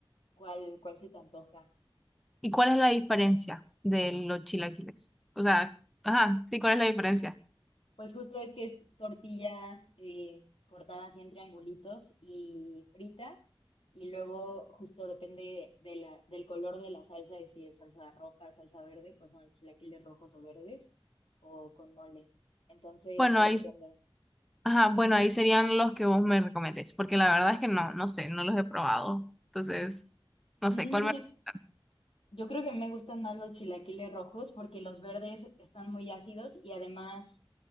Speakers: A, on the left; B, in the centre.
A: cuál, cuál se te antoja.
B: ¿Y cuál es la diferencia de los chilaquiles? O sea, ajá, sí, ¿cuál es la diferencia?
A: Pues justo es que es tortilla eh, cortada así en triangulitos y frita. Y luego justo depende de la, del color de la salsa, de si es salsa roja, salsa verde, pues son chilaquiles rojos o verdes o con mole. Entonces,
B: Bueno,
A: pues
B: ahí,
A: depende.
B: ajá, bueno, ahí serían los que vos me recomendés, porque la verdad es que no, no sé, no los he probado. Entonces, no
A: Mm,
B: sé, ¿cuál me
A: yo,
B: recomendás?
A: yo creo que me gustan más los chilaquiles rojos porque los verdes están muy ácidos y además